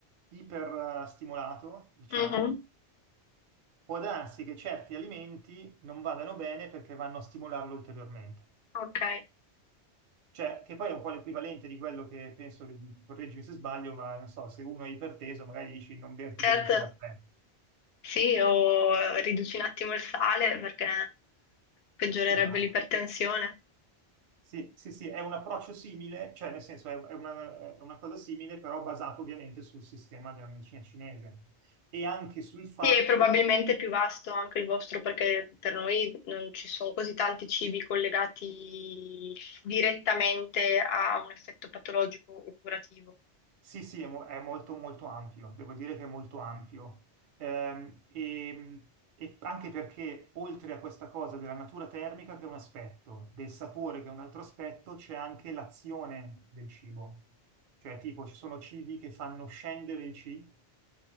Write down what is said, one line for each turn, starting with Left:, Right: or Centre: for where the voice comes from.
Right: iperstimolato, diciamo,
Left: Mhm.
Right: può darsi che certi alimenti non vadano bene perché vanno a stimolarlo ulteriormente.
Left: Ok,
Right: Cioè, che poi è un po' l'equivalente di quello che penso, correggimi se sbaglio, ma non so, se uno è iperteso, magari dici non berti
Left: certo,
Right: 12 caffè.
Left: sì, o riduci un attimo il sale perché peggiorerebbe
Right: Esatto.
Left: l'ipertensione.
Right: Sì, sì, sì, è un approccio simile, cioè nel senso è è una, è una cosa simile, però basato ovviamente sul sistema della medicina cinese e anche sul fatto
Left: Sì, e probabilmente è più vasto anche il vostro perché per noi non ci sono così tanti cibi collegati direttamente a un effetto patologico o curativo.
Right: Sì, sì, è, mo- è molto molto ampio, devo dire che è molto ampio. Ehm, e, e anche perché oltre a questa cosa della natura termica, che è un aspetto, del sapore, che è un altro aspetto, c'è anche l'azione del cibo. Cioè, tipo, ci sono cibi che fanno scendere il C,